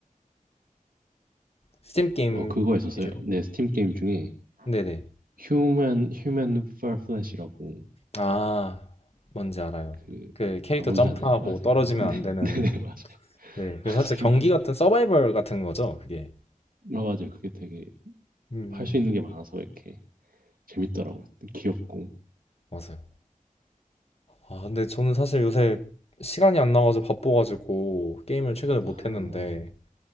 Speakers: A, on the left; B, on the right.
A: 스팀 게임
B: 어 그거 있었어요.
A: 위주로.
B: 네, 스팀 게임 중에
A: 네네.
B: 휴먼 휴먼 파플랫이라고
A: 아, 뭔지 알아요.
B: 그
A: 그 캐릭터
B: 아, 뭔지
A: 음, 점프하고
B: 아나요? 아세요?
A: 떨어지면
B: 네, 네,
A: 안 되는,
B: <laughs> 네, 네, 맞아요, <laughs>
A: 네. 그
B: 맞아요,
A: 살짝 경기
B: 맞아요.
A: 같은 서바이벌 같은 거죠, 그게.
B: 아, 맞아요. 그게 되게
A: 음,
B: 할 수 있는 게 많아서 이렇게 재밌더라고요. 귀엽고.
A: 맞아요. 아, 근데 저는 사실 요새 시간이 안 나가지고 바빠가지고 게임을 최근에 못
B: 아,
A: 했는데,